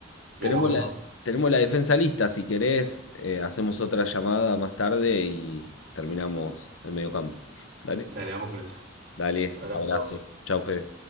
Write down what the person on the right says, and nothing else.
Pero
bueno,
dale, vamos con esa.
Abrazo.